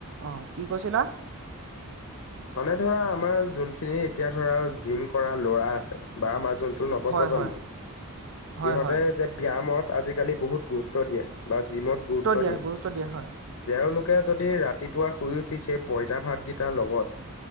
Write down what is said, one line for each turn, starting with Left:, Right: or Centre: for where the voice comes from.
Right: অহ। কি কৈছিলা?
Left: মানে ধৰা আমাৰ যোনখিনি এতিয়া ধৰা জিম কৰা ল'ৰা আছে বা আমাৰ যোন টো নৱ
Right: হয়
Left: প্ৰ্জন্ম,
Right: হয়
Left: সিহঁতে
Right: হয় হয়
Left: যে ব্যয়ামত আজিকালি বহুত গুৰুত্ব দিয়ে। বা জিমত গুৰুত্ব
Right: দিয়া
Left: দিয়ে
Right: দিয়া হয়
Left: তেওঁলোক কে যদি ৰাতিপুৱা শুই উঠি সেই পঁইতা ভাতকেইটাৰ লগত।